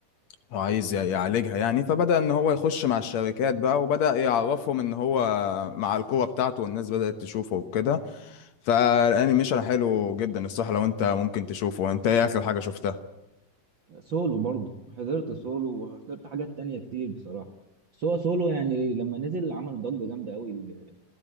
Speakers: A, on the left (about 65°); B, on the right (about 45°).
A: وعايز ي- يعالجها يعني فبدا ان هو يخش مع الشركات بقى وبدا يعرفهم ان هو مع القوه بتاعته والناس بدات تشوفه وكده فالانيميشن حلو جدا الصراحه لو انت ممكن تشوفه انت ايه اخر حاجه شفتها
B: سولو برضو حضرت سولو وحضرت حاجات تانية كتير بصراحه بس هو سولو يعني لما نزل عمل ضجه جامده قوي ال-